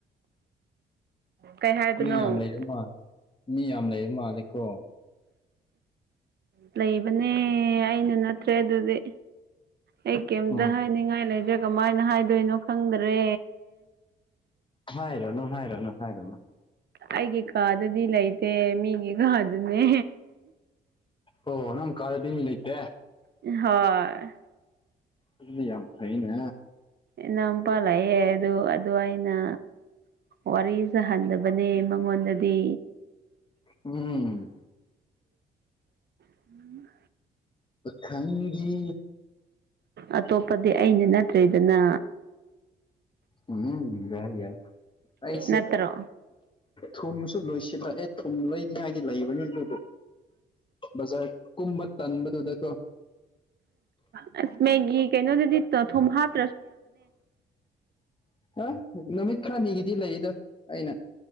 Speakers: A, on the right; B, on the left.
A: ꯀꯩ ꯍꯥꯏꯕꯅꯣ
B: ꯃꯤ ꯌꯥꯝ ꯂꯩꯔꯦ ꯃꯥꯂꯦ ꯃꯤ ꯌꯥꯝ ꯂꯩꯔꯦ ꯃꯥꯜꯂꯦꯀꯣ
A: ꯑ ꯂꯩꯕꯅꯦ ꯑꯩꯅ ꯅꯠꯇ꯭ꯔꯦ ꯑꯗꯨꯗꯤ ꯑꯩ ꯀꯩꯝꯇ
B: ꯎꯝ
A: ꯍꯥꯏꯅꯤꯡꯉꯥꯏ ꯂꯩꯇ꯭ꯔꯦ ꯀꯃꯥꯏꯅ ꯍꯥꯏꯗꯣꯏꯅꯣ ꯈꯪꯗ꯭ꯔꯦ
B: ꯍꯥꯏꯔꯣ ꯍꯥꯏꯔꯣꯅ ꯍꯥꯏꯔꯣꯅ
A: ꯑꯩꯒꯤ ꯀꯥꯗꯨꯗꯤ ꯂꯩꯇꯦ ꯃꯤꯒꯤ ꯀꯥꯗꯨꯅꯦ
B: ꯑꯣꯣ ꯅꯪ ꯀꯥꯗꯗꯤ ꯏ ꯂꯩꯇꯦ
A: ꯍꯣꯏ
B: ꯑꯗꯨꯗꯤ ꯌꯥꯝ ꯐꯩꯅꯦ
A: ꯏꯅꯥꯎꯄꯥ ꯂꯥꯛꯑꯦ ꯑꯗꯨ ꯑꯗꯨ ꯑꯩꯅ ꯋꯥꯔꯤꯁ ꯍꯟꯗꯕ ꯃꯉꯣꯟꯗꯗꯤ
B: ꯎꯝ
A: ꯎꯝ ꯎꯝ
B: ꯑ ꯈꯪꯉꯗꯤ
A: ꯑꯇꯣꯞꯄꯗꯤ ꯑꯩꯅ ꯅꯠꯇ꯭ꯔꯔꯤꯗꯅ
B: ꯎꯝ ꯌꯥ ꯑꯩꯁꯦ
A: ꯅꯠꯇ꯭ꯔꯣ
B: ꯊꯨꯝꯁꯨ ꯂꯣꯏꯁꯤꯜꯂꯛꯑꯦ ꯊꯨꯝ ꯂꯩꯣꯏꯅꯤꯡꯉꯥꯏꯒꯤ ꯂꯩꯕꯅꯤ ꯑꯗꯨꯕꯨ ꯕꯖꯥꯔ ꯀꯨꯝꯕ ꯇꯟꯕꯗꯨꯗꯀꯣ
A: ꯑ ꯃꯦꯒꯤ ꯀꯩꯅꯣꯗꯨꯗꯤ ꯊꯨꯝ ꯍꯥꯥꯞ
B: ꯑ ꯅꯨꯃꯤꯠ ꯈꯔꯅꯤꯒꯤꯗꯤ ꯂꯩꯗ ꯑꯩꯅ